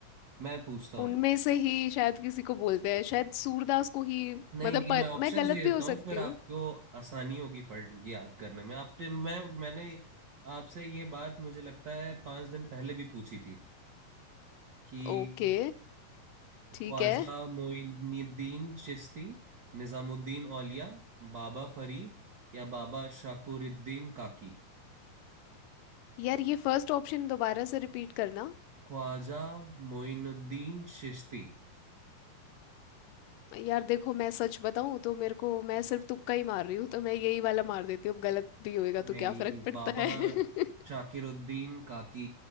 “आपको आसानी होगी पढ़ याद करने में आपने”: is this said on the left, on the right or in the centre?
Right